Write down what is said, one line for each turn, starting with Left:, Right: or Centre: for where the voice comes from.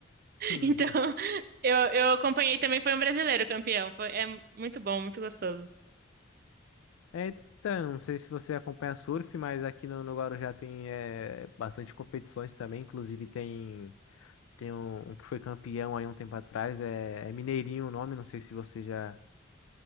Left: <laughs>
Right: Então, <laughs> eu, eu acompanhei também, foi um brasileiro campeão. Foi, é muito bom, muito gostoso.
Left: É, então, não sei se você acompanha surf, mas aqui no, no Guarujá tem é, bastante competições também. Inclusive tem. Tem um, um que foi campeão aí um tempo atrás, é, é Mineirinho o nome, não sei se você já,